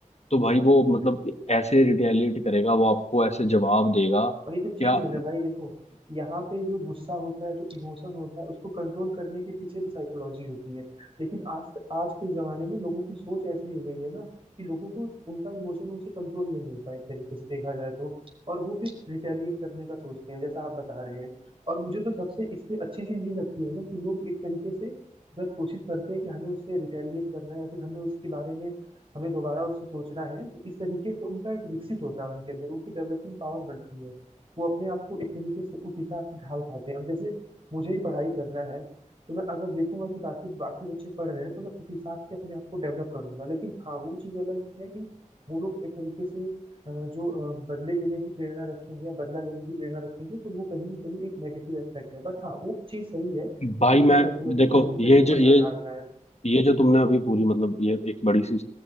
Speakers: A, on the left; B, on the right.
A: तो भाई वो मतलब ऐसे रिटेलिएट करेगा वो आपको ऐसे जवाब देगा
B: वही तो चीज
A: क्या
B: है ना भाई देखो यहाँ पे जो गुस्सा होता है जो इमोशन होता है उसको कंट्रोल करने के पीछे भी साइकोलॉजी होती है लेकिन आज आज के जमाने में लोगों की सोच ऐसी हो गई है ना कि लोगों को उनका इमोशन उनसे कंट्रोल नहीं होता एक तरीके से देखा जाए तो और वो फिर रिटेलिएट करने का सोचते हैं जैसा आप बता रहे हैं और मुझे तो सबसे इससे अच्छी चीज ये लगती है ना कि लोग एक तरीके से जब कोशिश करते हैं कि हमें उससे रिटेलिएट करना है या फिर हमें उसके बारे में हमें दोबारा उससे सोचना है तो इस तरीके से उनका एक विकसित होता है उनके अंदर उनकी डेवलपिंग पावर बढ़ती है वो अपने आप को एक तरीके से उस हिसाब से ढाल पाते हैं अब जैसे मुझे ही पढ़ाई करना है तो मैं अगर देखूंगा कि बाकी बाकी बच्चे पढ़ रहे हैं तो मैं उस हिसाब से अपने आप को डेवलप करूंगा लेकिन हाँ वो चीज अलग है कि वो लोग एक तरीके से अ, जो अ, बदले लेने की प्रेरणा रखेंगे या बदला लेने की प्रेरणा रखेंगे तो वो कहीं ना कहीं एक नेगेटिव एस्पेक्ट है बट हाँ वो चीज सही है कि
A: भाई
B: उनका
A: मैं
B: साइकोलॉजी
A: देखो
B: कहीं ना
A: ये
B: कहीं वो
A: जो ये
B: असर डाल रहा है
A: ये जो तुमने अभी पूरी मतलब ये एक बड़ी सी